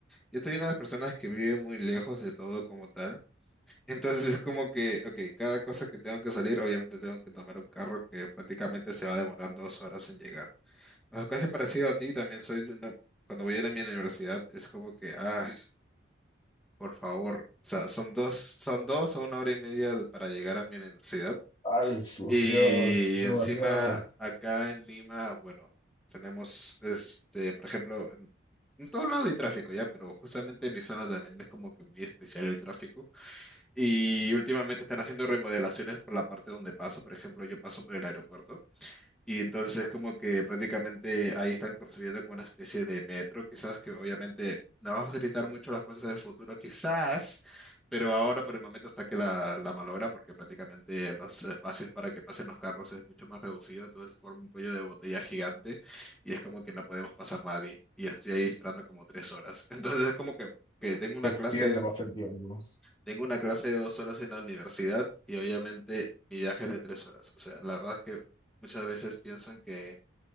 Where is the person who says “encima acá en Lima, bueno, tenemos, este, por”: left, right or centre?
Centre